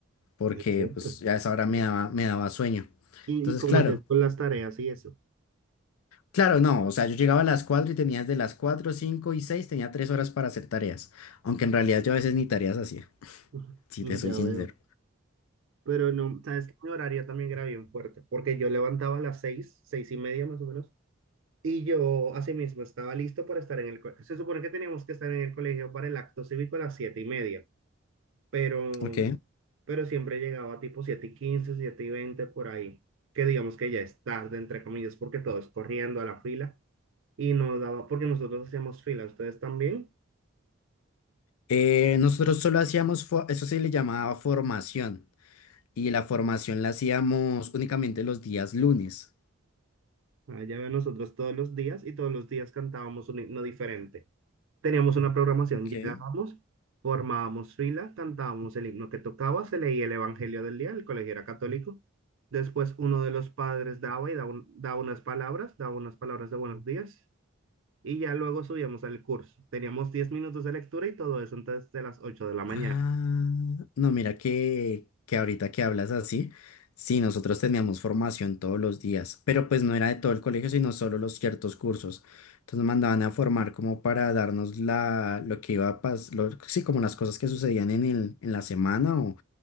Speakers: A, on the left; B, on the right.
A: porque
B: ¿En serio?
A: pues a esa hora me daba, me daba sueño.
B: Y,
A: Entonces,
B: y cómo
A: claro,
B: es con las tareas y eso.
A: claro, no, o sea, yo llegaba a las 4 y tenía desde las 4 5 y 6 tenía 3 horas para hacer tareas, aunque en realidad yo a veces ni tareas hacía.
B: <laughs>
A: si te soy
B: Ya
A: sincero.
B: veo. Pero no, sabes que mi horario también era bien fuerte, porque yo levantaba a las seis, seis y media más o menos, y yo asimismo estaba listo para estar en el colegio. Se supone que teníamos que estar en el colegio para el acto cívico a las siete y media, pero,
A: Ok.
B: pero siempre llegaba tipo siete y quince, siete y veinte por ahí, que digamos que ya es tarde, entre comillas, porque todo es corriendo a la fila, y nos daba, porque nosotros hacíamos fila, ustedes también,
A: Eh, nosotros solo hacíamos, fo- eso se le llamaba formación, y la formación la hacíamos únicamente los días lunes.
B: allá ven nosotros todos los días, y todos los días cantábamos un himno diferente. Teníamos una programación,
A: Ok.
B: llegábamos, formábamos fila, cantábamos el himno que tocaba, se leía el Evangelio del día, el colegio era católico. Después uno de los padres daba y daba, un- daba unas palabras, daba unas palabras de buenos días y ya luego subíamos al curso. Teníamos 10 minutos de lectura y todo eso antes de las 8 de la mañana.
A: Ah, no, mira que, que ahorita que hablas así, sí, nosotros teníamos formación todos los días, pero pues no era de todo el colegio, sino solo los ciertos cursos. Entonces nos mandaban a formar como para darnos la, lo que iba a pasar, sí, como las cosas que sucedían en el, en la semana o